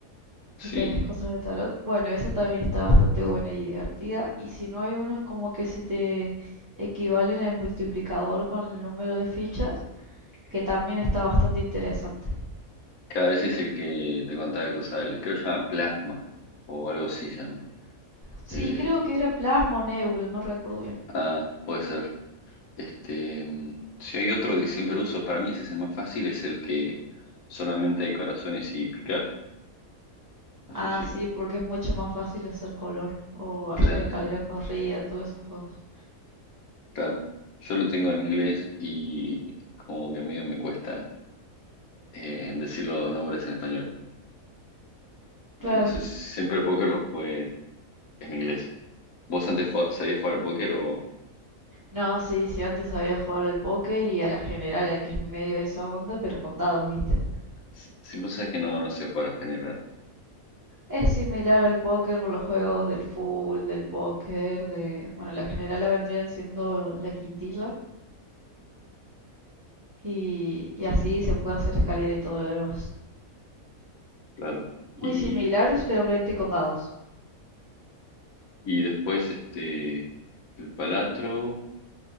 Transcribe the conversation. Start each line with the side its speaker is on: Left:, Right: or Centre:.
Right: que
Left: sí,
Right: tenés cosas de tarot. Bueno, esa también está bastante buena y divertida. Y si no hay uno como que se te equivalen el multiplicador con el número de fichas que también está bastante interesante.
Left: cada vez es el que te contaba que usaba, el, creo que se llama Plasma, o algo así se llama.
Right: Sí,
Left: Eh,
Right: creo que era plasma o nebula, no recuerdo bien.
Left: ah, puede ser. Este, mm, si hay otro que siempre uso, para mí ese es el más fácil, es el que solamente hay corazones y picar. No
Right: Ah,
Left: sé si
Right: sí,
Left: lo.
Right: porque es mucho más fácil hacer color o hacer
Left: Claro,
Right: escalera corrida, todos esos juegos.
Left: claro. Yo lo tengo en inglés y como que medio me cuesta eh, decir los nombres en español.
Right: Claro.
Left: Eh, No sé, siempre el póker lo jugué en inglés. ¿Vos antes jugabas- sabías jugar al póker o
Right: No, sí, sí, antes sabía jugar al póker y a la general, que es medio de esa onda, pero con dados, ¿viste?
Left: si si vos que no, no sé jugar en general,
Right: Es similar al póker con los juegos del full, del póker, de... Bueno, la generala vendrían siendo la quintilla y, y así se puede hacer escalera y todo lo demás.
Left: claro. Y,
Right: Muy similar, pero solamente con dados.
Left: y después este el palatro,